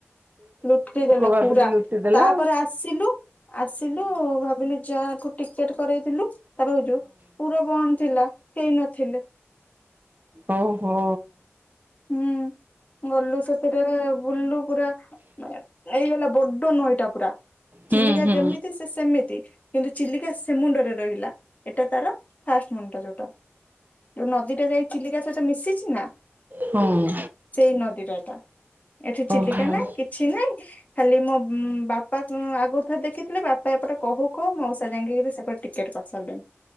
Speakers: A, on the left; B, on the right.
A: ଲୁଟି ଦେଲେ
B: ଭାବିକି
A: ପୁରା
B: ଲୁଟି ଦେଲା
A: ତାପରେ ଆସିଲୁ ଆସିଲୁ ଭାବିଲୁ ଯାହାଠୁ ଟିକେଟ କରେଇଥିଲୁ ତା ପାଖକୁ ଯିବୁ ପୁରା ବନ୍ଦ ଥିଲା। କେହିନଥିଲେ।
B: ଓ ହୋ।
A: ହୁଁ। ଗଲୁ ସାତଟାରେ ବୁଲିଲୁ ପୁରା ଏଇ ହେଲା ବଡ ନଇଟା ପୁରା।
B: ହୁଁ
A: ଚିଲିକା ଯେମିତି ସେମିତି କିନ୍ତୁ ଚିଲିକା ସେମୁଣ୍ଡରେ ରହିଲା ଏଟା ତାର ଫାଷ୍ଟ ମୁଣ୍ଡ ଯୋଉଟା। ଯୋଉ ନଦୀ ଟା ଯାଇ ଚିଲିକା ସେଟା ମିଶିଛି ନା?
B: ହଁ <inaudible>
A: ସେଇ ନଦୀର ଏଟା ଏଠି ଚିଲିକା
B: ଓହୋ
A: ନାହିଁ କିଛି ନାଇଁ। ଖାଲି ମୋ ଉଁ ବାପା ଉଁ ଆଗରୁ ଥରେ ଦେଖିଥିଲେ ବାପା ଏପଟେ କହୁ କହ ମଉସା ଯାଇିକିରି ସେପଟେ ଟି କେଟ୍ କରିସାରିଲେଣି।